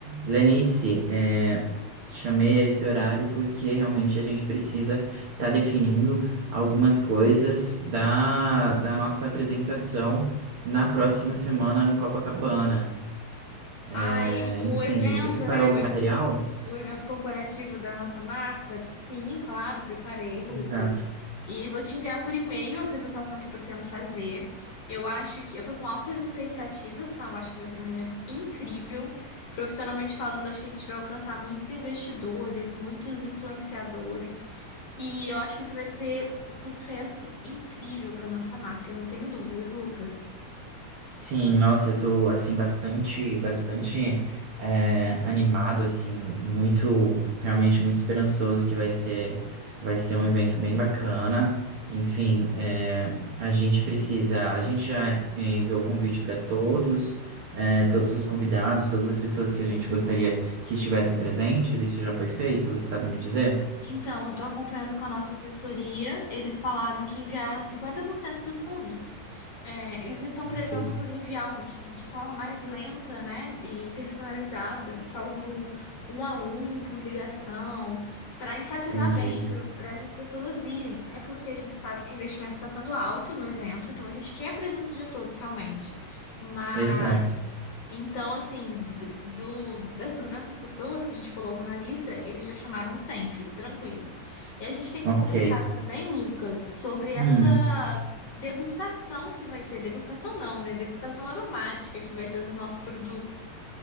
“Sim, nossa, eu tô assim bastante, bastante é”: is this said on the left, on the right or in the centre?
Right